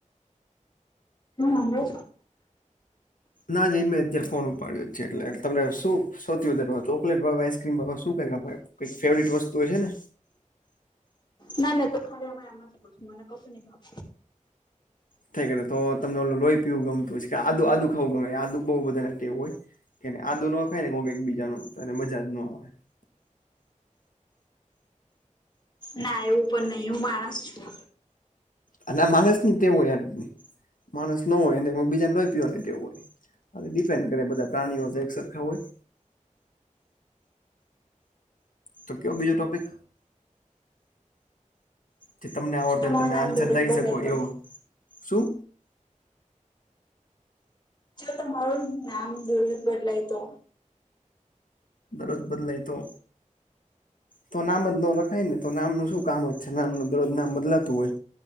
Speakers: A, on the left (about 35°); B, on the left (about 85°).
A: હો
B: ના જ મેં અત્યારે ફોન ઉપાડ્યો છે એટલે તમને શું સૌથી વધારે ચોકલેટ ભ આઈસ્ક્રીમ ભ શું કઈ ક કઈ ફેવરિટ વસ્તુ હોય છેને
A: ના મેં તો ખાલી આ એમમાં જ કું છું મને કશ ન ભાવ
B: ઠેક તો તમને લોઈ પીવવું ગમતું હસે કા આદુ ખાઉં ગમે આદુ બઉ બધા ને ટેવ હોય આદુ ના આવે ને એને બીજા નો તો એને મજા નો આવે.
A: ના એવું પણ નહી હું માણસ છું
B: અને માણસ ની જ ટેવ હોય યારત માણસ ન હોય બીજાને લોય પીવા ને ટેવ હોય આ ડિપેન્ડ કરે બધા પ્રાણીઓ જ એક સરખા હોય તો કયો બીજો ટોપિક જે તમને આવડતા
A: તમારું
B: હો તમે
A: નામ
B: આન્સર
A: દરરોજ
B: દઈ
A: બદલાય
B: શકો
A: તો
B: એવો શું
A: જો તમારું નામ દરજ બદલાય તો
B: દરરોજ બદલાઈ તો તો નામ જ ન રખાય ને તો નામનું શું કામ જ છે નામનું દરરોજ નામ બદલાતું હોય